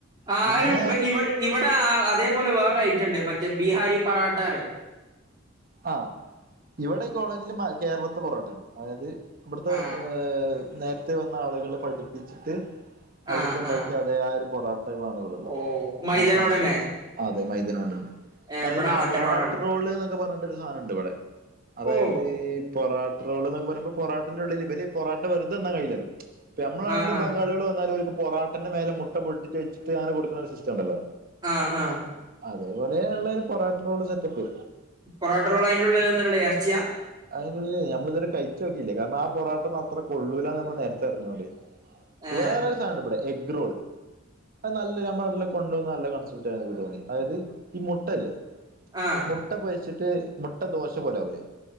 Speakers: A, on the right (about 20°); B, on the right (about 45°).
A: ആഹ്
B: പിന്നെ
A: അയ് ബ ഇവ ഇവടെ അതേപോലെ വേറൊരെെറ്റണ്ട് മറ്റേ ബീഹാരി പറാട്ടാറയും.
B: ആഹ് ഇവിടെ ഈ കോളേജില് കേരളത്തെ പൊറോട്ടന് അതായത് ഇവിടുത്തെ
A: ആ
B: ഏഹ നേരത്തെ വന്ന ആളുകൾ പഠിപ്പിച്ചിട്ട് അവിടുത്തെ
A: ആ
B: ഉണ്ടാക്കി
A: ആ
B: അതെ ആ ഒരു പൊറാട്ടകളാണ് ഇവിടെള്ളത്
A: ഓ മൈദനോടന്നെ
B: ആ <unintelligible> അതെ മൈദേനോണ്ടന്നെ
A: ഏ
B: അത്
A: ഇവിടെ
B: പിന്നെ
A: ആട്ടനോടാണ്
B: പൊറാട്ട റോള് <unintelligible> പറഞ്ഞിട്ടൊരു സാധനണ്ട് ഇവിടെ അതായത്
A: ഓ
B: ഈ പൊറാ റോള് എന്നൊക്കെ പറയുമ്പോ പൊറട്ടന്റെ ഉള്ളിൽ ഇബല് പൊറോട്ട വെറുതെ തിന്നാൻ കഴല്ലോ നമ്മ നാട്ടില്
A: ആ ആ
B: ബംഗാളികൾ വന്നാലും പൊറട്ടന്റെ മേലെ മുട്ട പൊട്ടി വച്ചിട്ട് അങ്ങെ കൊടുക്കുന്ന ഒരു സിസ്റ്റം ഉണ്ടല്ലോ
A: ആഹ് ആഹ്
B: അതേപോലെ ഉള്ള ഒരു പൊറട്ടറോള് സെറ്റപ്പ്
A: പൊറോട്ട റോള് അയിൻ്റുള്ളില് <unintelligible> എർച്ചിയാ
B: അതിനുള്ളില് നമ്മള് ഇതുവരെ കഴിച്ച് നോക്കിയില്ല കാരണം ആ പൊറട്ടന്നും അത്ര കൊള്ളൂലന്ന് നമ്മള് നേരത്തെ അറിഞ്ഞോണ്ട്
A: ഏ
B: വേറെരു സാധന ബടെ എഗ്റോള് അത് നല്ല നമ്മുടെട്ടില് കൊണ്ടന്ന നല്ല കൺസക്ക് തോന്നി അതായത് ഈ മുട്ടല്
A: ആഹ്
B: മുട്ട പൊരിച്ചിട്ട് മുട്ട ദോശ പോലാവൂലേ